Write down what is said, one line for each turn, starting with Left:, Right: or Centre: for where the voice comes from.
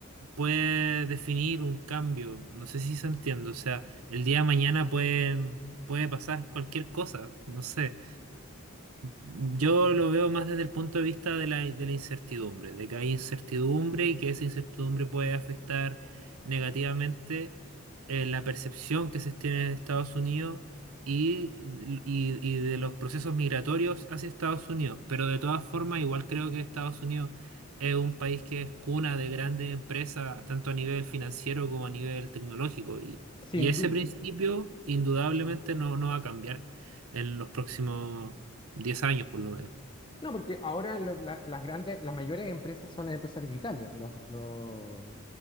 Right: puede definir un cambio. No sé si se entiende. O sea, el día de mañana pueden, puede pasar cualquier cosa. No sé. Yo lo veo más desde el punto de vista de la, de la incertidumbre, de que hay incertidumbre y que esa incertidumbre puede afectar negativamente eh, la percepción que se tiene de Estados Unidos y, y- y de los procesos migratorios hacia Estados Unidos. Pero de todas formas, igual creo que Estados Unidos es un país que es cuna de grandes empresas, tanto a nivel financiero como a nivel tecnológico. Y,
Left: Sin
Right: y ese
Left: duda.
Right: principio indudablemente no, no va a cambiar en los próximos 10 años por lo menos.
Left: No, porque ahora lo- la- las grandes, las mayores empresas son las empresas digitales. Los, los-